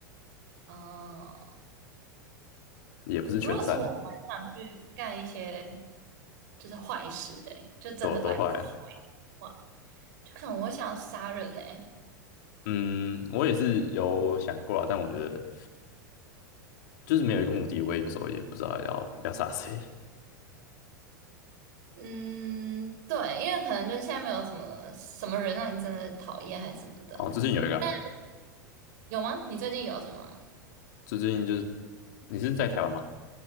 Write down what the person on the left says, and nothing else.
也不是全善的，
都都坏啊。
嗯，我也是有想过啊，但我觉得就是没有一个目的，我也有时候也不知道要要杀谁。
哦，最近有一个啊
最近就是你是在台湾吗？